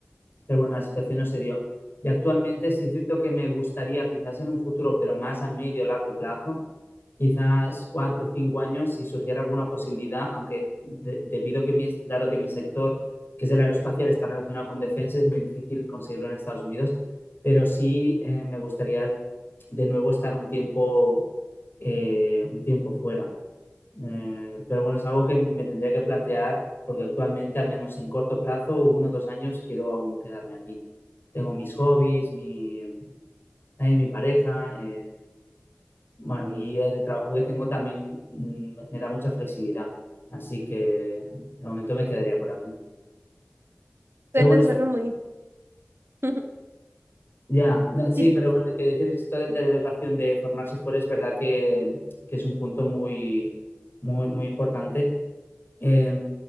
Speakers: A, on the left; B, on the right.
A: pero bueno, la situación no se dio. Y actualmente sí es cierto que me gustaría, quizás en un futuro, pero más a medio o largo plazo, quizás cuatro o cinco años, si surgiera alguna posibilidad, aunque de- debido a que mi, dado que mi sector, que es el aeroespacial, está relacionado con defensa, es muy difícil conseguirlo en Estados Unidos, pero sí eh, me gustaría de nuevo estar un tiempo, eh, un tiempo fuera. Eh, pero bueno, es algo que me tendría que plantear porque actualmente, al menos en corto plazo, uno o dos años, quiero aún quedarme aquí. Tengo mis hobbies, mi, también mi pareja, eh, bueno, y el trabajo que tengo también mm, me da mucha flexibilidad. Así que de momento me quedaría por aquí. Pero
B: Suena,
A: bueno, esto
B: suena muy... <laughs>
A: ya, no,
B: Si
A: sí, pero bueno, hay que decir es que esto de, de la educación de formarse fuera es verdad que, que es un punto muy, muy, muy importante Eh,